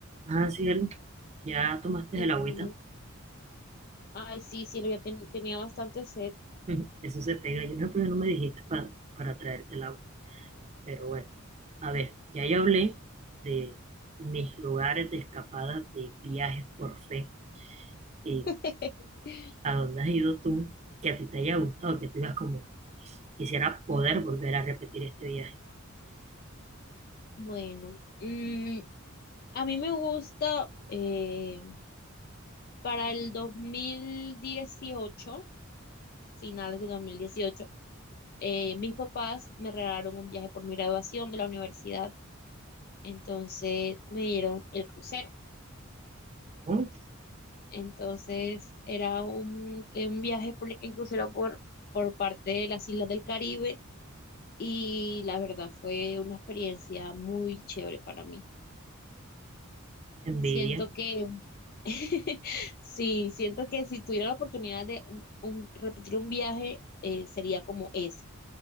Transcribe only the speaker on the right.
Ah, cielo, ya tomaste
el
agüita.
<laughs> Eso se pega. Yo no, pues no me dijiste pa- para traerte el agua. Pero bueno, a ver, ya yo hablé de mis lugares de escapada, de viajes por fe, y
a dónde has ido tú, que a ti te haya gustado, que tú digas como, quisiera poder volver a repetir este viaje.
Oh,
qué envidia.